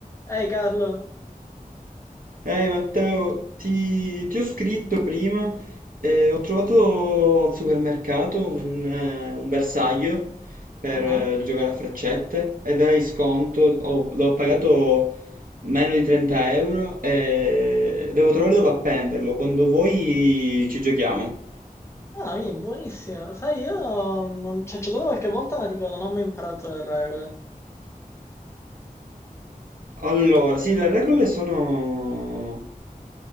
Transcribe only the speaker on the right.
Ehi Matteo, ti, ti ho scritto prima, eh, ho trovato al supermercato un, eh, un bersaglio per
eh,
giocare a freccette ed era in sconto, ho- l'ho pagato meno di 30 euro e devo trovare dove appenderlo, quando vuoi ci giochiamo.
Allora, sì, le regole sono